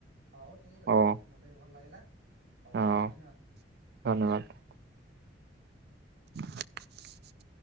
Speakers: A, on the right; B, on the right.
A: ହଉ ଠିକ୍ ଅଛି
B: ହଉ।
A: ମତେ ବି ଭଲ ଲାଗିଲା, ହଉ
B: ହଁ
A: ଧନ୍ୟବାଦ।
B: ଧନ୍ୟବାଦ। <inaudible>